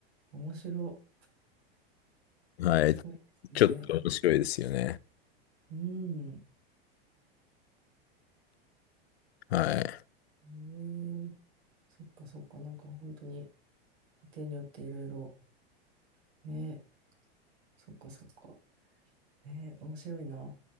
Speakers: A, on the right; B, on the left.
A: 面白
B: はい。
A: いすごいですねなんか
B: ちょっと面白いですよね。
A: うん
B: はい。
A: ええそっかそっか、なんか本当に家庭によっていろいろ、ね、そっかそっか、ね、面白いな。